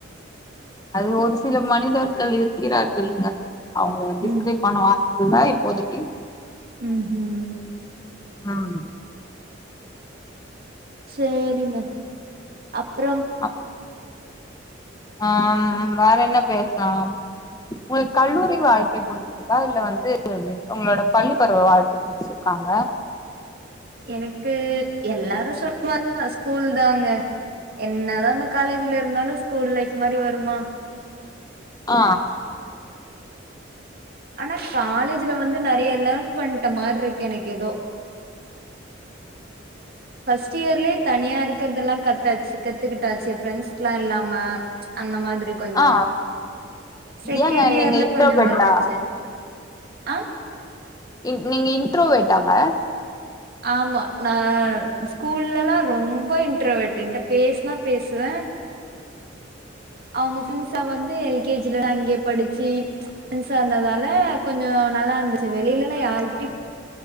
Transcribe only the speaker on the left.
அது ஒரு சில மனிதர்கள் இருக்கிறார்கள்ங்க அவுங்க டிஸ்கரைப்
பண்ண வார்த்தை இல்ல இப்போதைக்கு
ம்
அப் ஆ ம் வேற என்ன பேசலாம் உங்களுக்கு கல்லூரி வாழ்க்கை புடிச்சிரு ச்சா இல்ல வந்து உங்களோட பள்ளி பருவ வாழ்க்க புடிச்சிருக்காங்க
ஆ
ஆ
ஏங்க
நீங்க இன்ட்ரோவேட்டா
இன் நீங்க இன்ட்ரோவெர்டாங்க